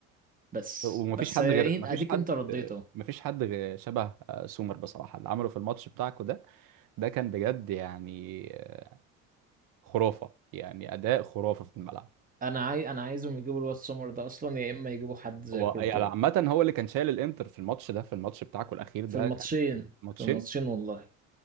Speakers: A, on the right; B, on the right.
A: بس
B: ومفيش
A: بس
B: حد
A: هي-
B: غير مفيش
A: اديك
B: حد
A: انت رديت
B: آه،
A: اهو
B: مفيش حد غير شبه آه، سومر بصراحة اللي عمله في الماتش بتاعكو ده ده كان بجد يعني آه، خرافة يعني اداء خرافة في الملعب
A: انا عاي... انا عايزهم يجيبوا الواد سومر ده اصلا يا اما يجيبوا حد زي
B: هو
A: كورتوا
B: يعني عامة هو اللي كان شايل الانتر في الماتش ده في الماتش بتاعكو الاخير
A: في
B: ده
A: الماتشين
B: كان ماتشين
A: في الماتشين والله